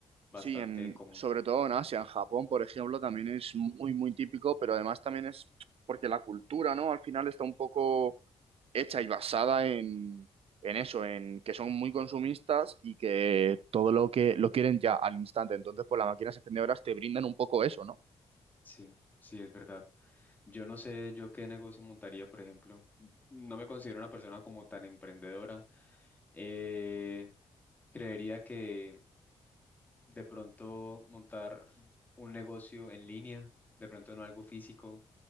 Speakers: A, on the left; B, on the right.
A: bastante
B: Sí, en,
A: común.
B: sobre todo en Asia, en Japón, por ejemplo, también es muy, muy típico, pero además también es porque la cultura, ¿no? Al final está un poco hecha y basada en, en eso, en que son muy consumistas y que todo lo que lo quieren ya al instante. Entonces, pues las máquinas expendedoras te brindan un poco eso, ¿no?
A: Sí, sí, es verdad. Yo no sé yo qué negocio montaría, por ejemplo. No me considero una persona como tan emprendedora. Eh, creería que de pronto montar un negocio en línea, de pronto no algo físico.